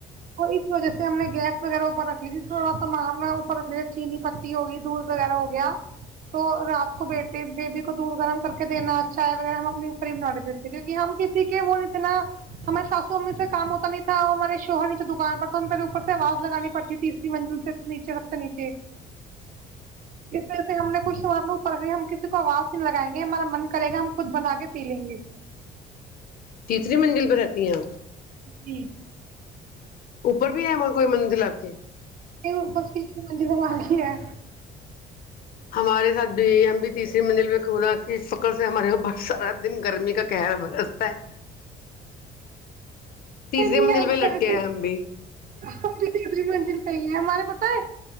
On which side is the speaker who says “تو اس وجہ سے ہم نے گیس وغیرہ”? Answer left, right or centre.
Right